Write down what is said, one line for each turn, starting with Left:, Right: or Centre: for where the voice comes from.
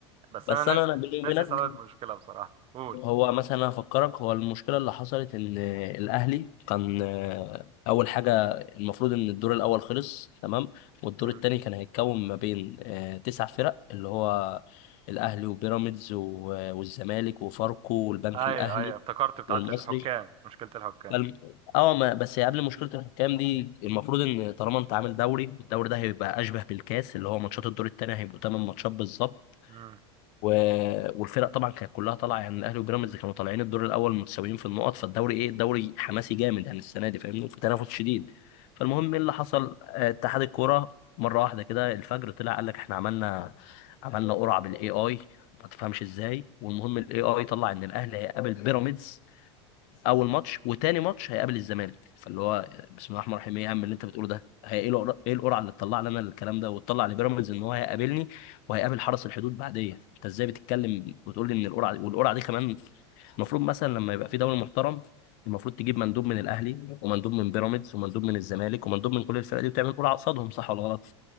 Right: بس
Left: بس
Right: أنا ناسي
Left: انا انا بيني وبينك
Right: ناسي سبب المشكلة بصراحة قول
Left: هو مثلا انا افكرك هو المشكله اللي حصلت ان الاهلي كان آه، اول حاجه المفروض ان الدور الاول خلص تمام والدور
Right: مم.
Left: الثاني كان هيتكون ما بين آه، تسع فرق اللي هو الاهلي وبيراميدز و- والزمالك وفاركو والبنك
Right: أيوه
Left: الاهلي
Right: أيوه افتكرت بتاعت
Left: والمصري
Right: الحكام مشكلة الحكام
Left: فالم- اه ما بس قبل مشكله الحكام دي المفروض ان طالما انت عامل دوري الدوري ده هيبقى اشبه بالكاس اللي هو ماتشات
Right: مم.
Left: الدور الثاني هيبقوا 8 ماتشات بالظبط
Right: مم.
Left: و... والفرق طبعا كانت كلها طالعه يعني الاهلي وبيراميدز كانوا طالعين الدور الاول متساويين في النقط فالدوري ايه الدوري حماسي جامد يعني السنه دي فاهمني في تنافس شديد فالمهم ايه اللي حصل آه، اتحاد الكوره مره واحده كده الفجر طلع قال لك احنا عملنا عملنا قرعه بالاي اي ما تفهمش ازاي والمهم الاي اي طلع ان الاهلي هيقابل بيراميدز اول ماتش وتاني ماتش هيقابل الزمالك فاللي هو بسم الله الرحمن الرحيم ايه يا عم اللي انت بتقوله ده هي ايه القرعه ايه القرعه اللي تطلع لنا الكلام ده وتطلع لبيراميدز ان هو هيقابلني وهيقابل حرس الحدود بعديه انت ازاي بتتكلم وتقول لي ان القرعه دي والقرعه دي كمان المفروض مثلا لما يبقى في دوري محترم المفروض تجيب مندوب من الاهلي ومندوب من بيراميدز ومندوب من الزمالك ومندوب من كل الفرق دي وتعمل قرعه قصادهم صح ولا غلط